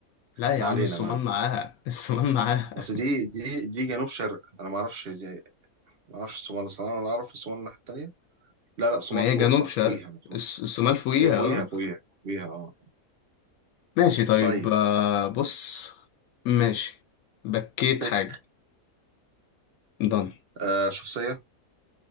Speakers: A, on the left; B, on the right.
A: لا
B: ما
A: يا عم
B: علينا
A: الصومال
B: ما علينا
A: معاها الصومال معاها
B: اصل دي دي دي جنوب شرق انا ما اعرفش دي- ما اعرفش الصومال الصراحه انا اعرف الصومال الناحيه التانيه لا لا الصومال
A: ما هي
B: فوق
A: جنوب
B: صح
A: شرق
B: فوقيها المفروض
A: الص- الصومال فوقيها
B: هي فوقيها
A: اه
B: فوقيها فوقيها اه
A: ماشي طيب
B: طيب
A: آه، بص ماشي بكيت
B: بيك
A: حاجة ضن
B: آه شخصيه